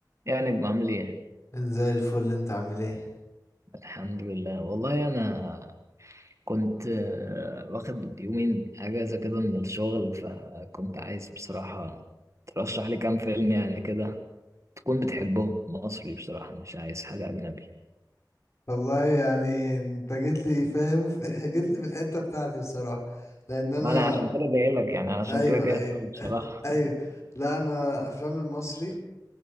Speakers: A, on the right; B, on the left.
A: يا نجم عامل ايه؟
B: زي الفل انت عامل ايه
A: الحمد لله والله انا كنت آه، واخد يومين اجازة كده من الشغل فكنت عايز بصراحة ترشح لي كام فيلم يعني كده تكون بتحبهم مصري بصراحة مش عايز حاجة أجنبي
B: والله يعني انت جيت لي فاهم <laughs> جيت لي في الحتة بتاعتي بصراحة لان انا
A: ما أنا عشان كده جاي لك يعني علشان
B: ايوه
A: كده جاي
B: ايوه
A: أسألك بصراحة
B: <laughs> ايوه
A: <laughs>
B: لا انا افلام المصري